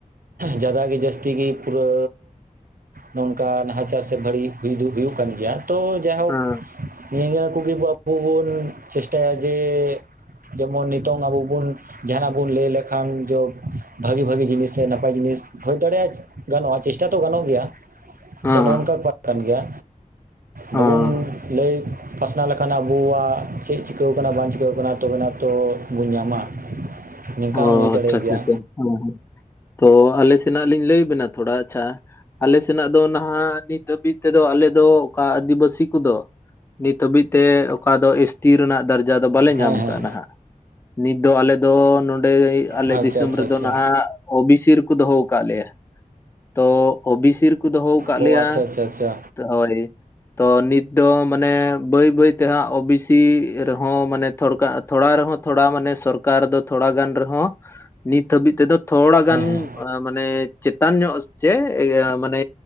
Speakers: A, on the right (about 80°); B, on the left (about 15°).
A: ᱡᱟᱫᱟ ᱜᱮ ᱡᱟᱹᱥᱛᱤ ᱜᱤ ᱯᱩᱨᱟᱹ ᱱᱚᱝᱠᱟ ᱱᱟᱦᱟᱪᱟᱨ ᱥᱮ ᱵᱷᱟᱹᱲᱤᱡ ᱦᱩᱭ ᱫᱚ ᱦᱩᱭᱩᱜ ᱠᱟᱱ ᱜᱮᱭᱟ ᱛᱚ ᱡᱟᱭᱦᱳᱠ
B: ᱦᱮᱸ
A: ᱱᱤᱭᱟᱹ ᱠᱚᱜᱮ ᱟᱵᱩ ᱵᱚᱱ ᱪᱮᱥᱴᱟᱭᱟ ᱡᱮ ᱡᱮᱢᱚᱱ ᱱᱤᱛᱚᱝ ᱟᱵᱚ ᱵᱚᱱ ᱡᱟᱦᱟᱱᱟᱜ ᱵᱚᱱ ᱞᱟᱹᱭ ᱞᱮᱠᱷᱟᱱ ᱡᱚ ᱵᱷᱟᱹᱜᱤ ᱵᱷᱟᱹᱜᱤ ᱡᱤᱱᱤᱥ ᱥᱮ ᱱᱟᱯᱟᱭ ᱡᱤᱱᱤᱥ ᱦᱩᱭ ᱫᱟᱲᱮᱭᱟᱜᱼᱟ ᱜᱟᱱᱚᱜᱼᱟ ᱪᱮᱥᱴᱟ ᱛᱚ ᱜᱟᱱᱚᱜ ᱜᱮᱭᱟ
B: ᱦᱮᱸ
A: ᱛᱚ ᱱᱚᱝᱱᱠᱟ ᱯᱟᱴᱷ ᱠᱟᱱ ᱜᱮᱭᱟ,
B: ᱦᱮᱸ
A: ᱵᱟᱵᱩᱱ ᱞᱟᱹᱭ ᱯᱟᱥᱱᱟᱣ ᱞᱮᱠᱷᱟᱱ ᱟᱵᱩᱣᱟᱜ ᱪᱮᱫ ᱪᱤᱠᱟᱹᱣ ᱠᱟᱱᱟ ᱵᱟᱝ ᱪᱤᱠᱟᱹᱣ ᱠᱟᱱᱟ ᱛᱚᱵᱮᱱᱟ ᱛᱚ ᱵᱚᱱ ᱧᱟᱢᱟ᱾ ᱱᱤᱝᱠᱟ
B: ᱚ
A: ᱦᱚᱸ ᱦᱩᱭ ᱫᱟᱲᱮᱭᱟᱜ
B: ᱟᱪᱪᱷᱟ ᱟᱪᱪᱷᱟ
A: ᱜᱮᱭᱟ
B: ᱟᱪᱷᱟ ᱦᱮ ᱦᱮᱸ ᱛᱚ ᱟᱞᱮ ᱥᱮᱱᱟᱜ ᱞᱤᱧ ᱞᱟᱹᱭᱵᱤᱱᱟ ᱛᱷᱚᱲᱟ ᱟᱪᱪᱷᱟ ᱟᱞᱮ ᱥᱮᱱᱟᱜ ᱫᱚ ᱱᱟᱦᱟᱜ ᱱᱤᱛ ᱦᱟᱹᱵᱤᱡ ᱛᱮᱫᱚ ᱟᱞᱮ ᱫᱚ ᱚᱠᱟ ᱟᱹᱫᱤᱵᱟᱹᱥᱤ ᱠᱚᱫᱚ ᱱᱤᱛ ᱦᱟᱹᱵᱤᱡ ᱛᱮ ᱚᱠᱟ ᱫᱚ ᱮᱥ ᱴᱤ ᱨᱮᱱᱟᱜ ᱫᱟᱨᱡᱟ ᱫᱚ ᱵᱟᱞᱮ
A: ᱦᱮᱸ
B: ᱧᱟᱢ
A: ᱦᱮᱸ
B: ᱟᱠᱟᱜᱼᱟ ᱱᱟᱦᱟᱜ, ᱱᱤᱛ ᱫᱚ ᱟᱞᱮ ᱫᱚ ᱱᱚᱱᱰᱮ ᱟᱞᱮ
A: ᱟᱪᱪᱷᱟ
B: ᱫᱤᱥᱚᱢ
A: ᱟᱪᱪᱷᱟ
B: ᱨᱮᱫᱚ
A: ᱟᱪᱪᱷᱟ
B: ᱱᱟᱦᱟᱜ ᱳᱵᱤᱥᱤ ᱨᱮᱠᱚ ᱫᱚᱦᱚ ᱟᱠᱟᱫ ᱞᱮᱭᱟ ᱾ ᱛᱚ ᱳᱵᱤᱥᱤ ᱨᱮᱠᱚ ᱫᱚᱦᱚ ᱠᱟᱜ
A: ᱚ
B: ᱞᱮᱭᱟ
A: ᱟᱪᱪᱷᱟ ᱟᱪᱪᱷᱟ ᱟᱪᱪᱷᱟ
B: ᱾ ᱦᱳᱭ ᱛᱚ ᱱᱤᱛ ᱫᱚ ᱢᱟᱱᱮ ᱵᱟᱹᱭ ᱵᱟᱹᱭ ᱛᱮ ᱦᱟᱸᱜ ᱳᱵᱤᱥᱤ ᱨᱮᱦᱚᱸ ᱢᱟᱱᱮ ᱛᱷᱚᱲᱠᱟᱜᱼᱟ ᱛᱷᱚᱲᱟ ᱨᱮᱦᱚᱸ ᱛᱷᱚᱲᱟ ᱢᱟᱱᱮ ᱥᱚᱨᱠᱟᱨ ᱫᱚ ᱛᱷᱚᱲᱟ ᱜᱟᱱ ᱨᱮᱦᱚᱸ ᱱᱤᱛ ᱦᱟᱹᱵᱤᱡ ᱛᱮᱫᱚ ᱛᱷᱚᱲᱟ ᱜᱟᱱ
A: ᱦᱮᱸ ᱦᱮᱸ
B: ᱢᱟᱱᱮ ᱪᱮᱛᱟᱱ ᱧᱚᱜ ᱪᱮ ᱤᱭᱟᱹ ᱢᱟᱱᱮ